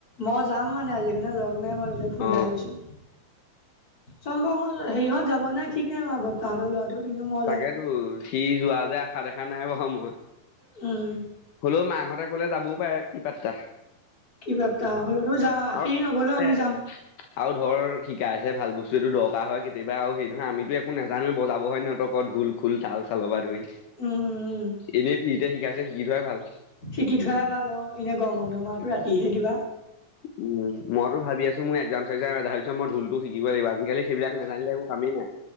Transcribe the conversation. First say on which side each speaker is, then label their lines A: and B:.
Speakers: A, on the left; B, on the left.
A: মই যাম মানে আজিৰ কণনে লগ নাই মই <unintelligible> ফুোন
B: অ
A: এটা কৰিছো সেৰিহত যাব নাই ঠিক নাই ম আৰু বৰ তাহতৰ লৰাটো। কিন্তু মই
B: তাকেতো
A: যাম
B: সি যোৱা যে আশা দেখা নাই বাৰু মই।
A: হম,
B: হ'লেও মাকহতে ক'লে যাবও পাৰে কি পাত্তা।
A: কি পাত্তা হলেতো যাম
B: আৰু
A: খীৰ নগলেওটো আমি
B: এ
A: যাম।
B: আৰু ধৰ শিকাইছে ভাল বস্তু এইটো দৰকাৰ হয় কেতিয়াবা আৰু সেই নহয় আমিতো একো নাজানো বজাব হয়। ধুল, খোল, তাল চালবা ধৰি
A: উম উম,
B: এনেই ফ্ৰীটে শিকাইছে শিকি ধোৱাই ভাল।
A: শিকি থোৱাই ভাল অ, এনে গৰমন্ধ মাহটো ৰাতিহে কিবা।
B: উ <inaudible> উম, মই টো ভাবি আছো ম একজাম চে্জাম তাৰ পিছ মই ধুলটো শিকিব লাগিব আজিকালি সেইবাক নাজানিলে একো কামেই নাই ম